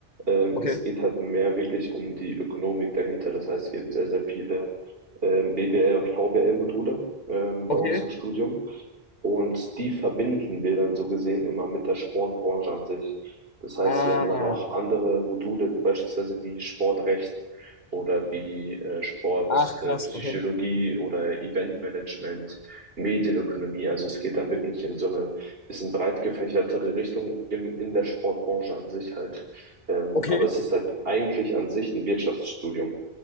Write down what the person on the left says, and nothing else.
Okay.
Okay.
Ah.
Ach, krass,
okay.
Okay.